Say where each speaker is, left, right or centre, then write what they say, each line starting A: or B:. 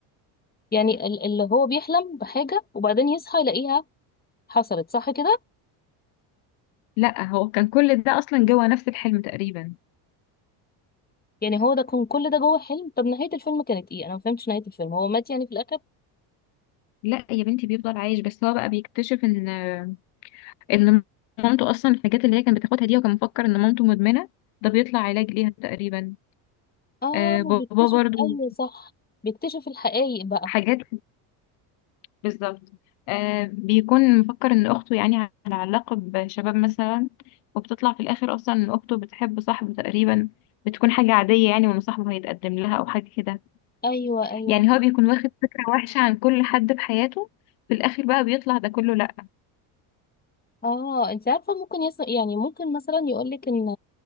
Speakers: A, on the left (about 20°); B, on the left (about 75°).
A: يعني ال- اللي هو بيحلم بحاجة وبعدين يصحى يلاقيها حصلت صح كده
B: لا هو كان كل ده اصلا جوه نفس الحلم تقريبا
A: يعني هو ده كان كل ده جوه حلم طب نهاية الفيلم كانت ايه انا ما فهمتش نهاية الفيلم هو مات يعني في الاخر
B: لا يا بنتي بيفضل عايش بس هو بقى بيكتشف ان آه، ان مامته اصلا الحاجات اللي هي كانت بتاخدها دي وكان مفكر ان مامته مدمنة ده بيطلع علاج ليها تقريبا
A: اه
B: آه بابا
A: بيكتشف
B: برضو
A: ايوه صح بيكتشف الحقائق بقى
B: حاجات بالظبط آه بيكون مفكر ان اخته يعني على علاقة بشباب مثلا وبتطلع في الاخر اصلا ان اخته بتحب صاحبه تقريبا بتكون حاجة عادية يعني وان صاحبه هيتقدم لها او حاجة كده
A: ايوه ايوه
B: يعني هو بيكون واخد فكرة وحشة عن كل حد في حياته في الاخر بقى بيطلع ده كله لا
A: اه انت عارفه ممكن يص... يعني ممكن مثلا يقولك ان